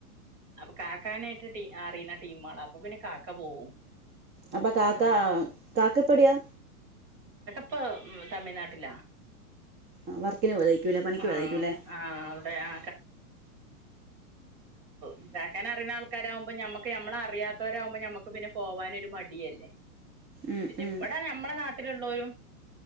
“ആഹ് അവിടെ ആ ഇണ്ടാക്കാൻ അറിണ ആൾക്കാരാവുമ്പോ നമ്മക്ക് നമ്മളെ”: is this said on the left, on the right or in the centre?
Right